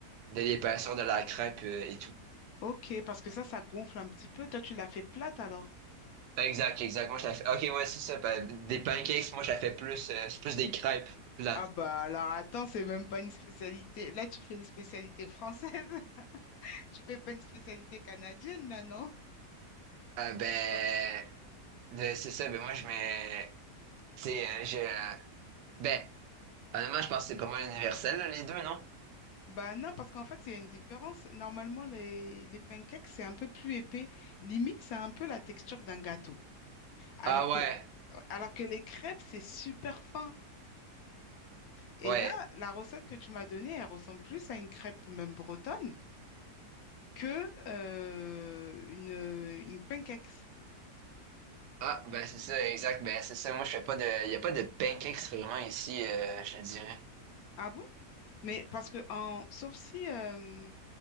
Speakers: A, on the right; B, on the left.
A: de l'épaisseur de la crêpe euh, et tout.
B: ok, parce que ça, ça gonfle un petit peu. Toi, tu l'as fait plate alors?
A: Exact, exact. Moi, je la fais. Ok, ouais, c'est ça. pa- Des pancakes, moi, je la fais plus. euh, c'est plus des crêpes plates.
B: Ah bah alors attends, c'est même pas une spécialité. Là, tu fais une spécialité française. <laughs> Tu fais pas une spécialité canadienne, là, non?
A: Ah, ben,
B: Ou pas?
A: de- c'est ça. Ben, moi, je mets. Tu sais, euh, je. euh, Ben, honnêtement, je pense que c'est pas mal universel, là, les deux, non?
B: Bah non, parce qu'en fait, il y a une différence. Normalement, les, les pancakes, c'est un peu plus épais. Limite, c'est un peu la texture d'un gâteau. Alors
A: Ah,
B: que,
A: ouais.
B: alors que les crêpes, c'est super fin. Et
A: Ouais.
B: là, la recette que tu m'as donnée, elle ressemble plus à une crêpe même bretonne que euh, une, une pancakes.
A: Ah, ben, c'est ça, exact. Ben, c'est ça. Moi, je fais pas de. Il y a pas de pancakes vraiment ici, euh, je te dirais.
B: Ah bon? Mais parce que en sauf si euh,